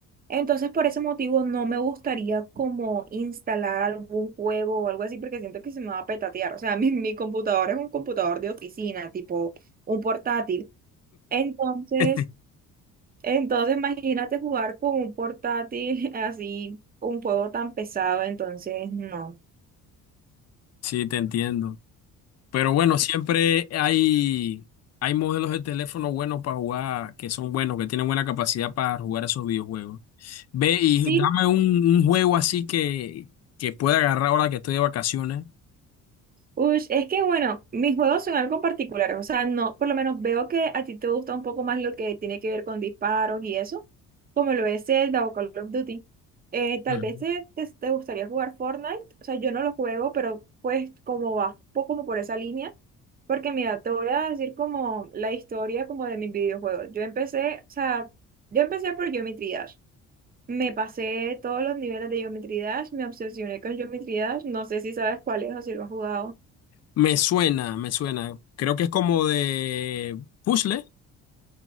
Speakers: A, on the right; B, on the left.
A: Entonces por ese motivo no me gustaría como instalar algún juego o algo así porque siento que se me va a petatear. O sea, <laughs> mi, mi computador es un computador de oficina, tipo un portátil. Entonces,
B: <laughs>
A: entonces imagínate jugar con un portátil <laughs> así, un juego tan pesado, entonces no.
B: Sí, te entiendo. Pero bueno, siempre hay, hay modelos de teléfono buenos para jugar, que son buenos, que tienen buena capacidad para jugar esos videojuegos. Ve y
A: Sí,
B: dame un, un juego así que, que pueda agarrar ahora que estoy de vacaciones.
A: Ush, es que bueno, mis juegos son algo particulares, o sea, no, por lo menos veo que a ti te gusta un poco más lo que tiene que ver con disparos y eso, como lo es Zelda o Call of Duty. Eh, tal
B: Ujú.
A: vez te, te- te gustaría jugar Fortnite, o sea, yo no lo juego, pero pues como va, un poco como por esa línea, porque mira, te voy a decir como la historia como de mis videojuegos. Yo empecé, o sea, yo empecé por Geometry Dash. Me pasé todos los niveles de Geometry Dash, me obsesioné con Geometry Dash, no sé si sabes cuál es o si lo has jugado.
B: Me suena, me suena. Creo que es como de puzzle.